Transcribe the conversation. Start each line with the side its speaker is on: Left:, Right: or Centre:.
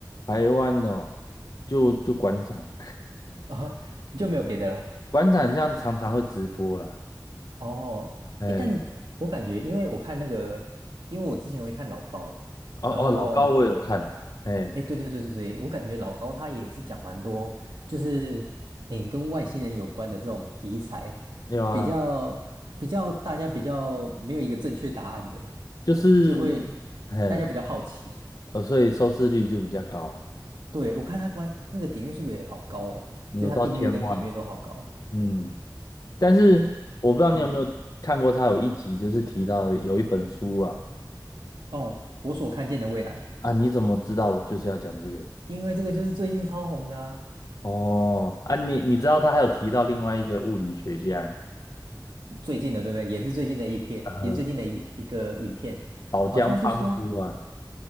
Left: 台湾哦，就就馆长，
Right: <laughs> 哦，你就没有别的了。
Left: <laughs> 馆长像常常会直播啦。
Right: 哦，
Left: 哎。
Right: 哎，但我感觉，因为我看那个，因为我之前会看老高，
Left: 哦哦，
Right: 然后
Left: 老高我有看，哎，
Right: 哎，诶对对对对对，我感觉老高他也是讲蛮多，就是哎跟外星人有关的这种题材，
Left: 有啊，
Right: 比较比较大家比较没有一个正确答案的，
Left: 就是，
Right: 就会
Left: 哎，
Right: 大家比较好奇。
Left: 呃所以收视率就比较高，
Right: 对，我看他关那个点阅数也好高哦，
Left: 有到千万，
Right: 就他订阅跟点阅都好高。
Left: 嗯，但是我不知道你有没有看过，
Right: 哎，嗯，
Left: 他有一集就是提到有一本书啊，
Right: 哦，我所看见的未来，
Left: 啊，你怎么知道我就是要讲这个？
Right: 因为这个就是最近超红的啊
Left: 哦，啊，你你知道他还有提到另外一个物理学家，
Right: 最近的对不对？也是最近的一篇，
Left: 呃，
Right: 也是最近的一一个影片，
Left: 宝江邦夫啊，
Right: 好像是说，